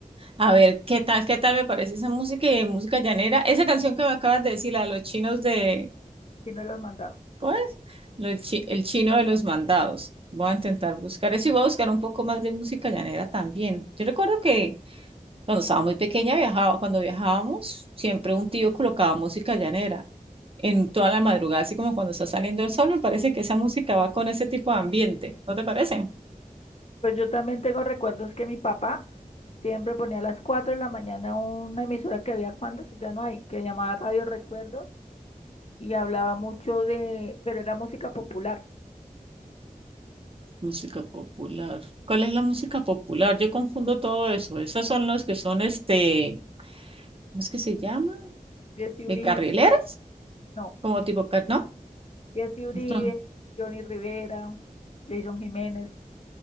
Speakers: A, on the right; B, on the left.
A: A ver, ¿qué tal, qué tal me parece esa música y música llanera? Esa canción que me acabas de decir, la de los chinos de,
B: Chino de los Mandados.
A: ¿cómo es? Lo chi- el chino de los mandados. Voy a intentar buscar eso y voy a buscar un poco más de música llanera también. Yo recuerdo que Cuando estaba muy pequeña viajaba, cuando viajábamos, siempre un tío colocaba música llanera en toda la madrugada, así como cuando está saliendo el sol, me parece que esa música va con ese tipo de ambiente, ¿no te parece?
B: Pues yo también tengo recuerdos que mi papá siempre ponía a las 4 de la mañana una emisora que había cuando eso ya no hay, que llamaba Radio Recuerdos y hablaba mucho de, pero era música popular.
A: Música popular. ¿Cuál es la música popular? Yo confundo todo eso. Esos son los que son, este, ¿cómo es que se llama?
B: Jesse
A: Eh,
B: Uribe,
A: carrileras,
B: no,
A: como tipo, car- ¿no?
B: Jesse Uribe,
A: Entonces-
B: Johnny Rivera, Jason Jiménez,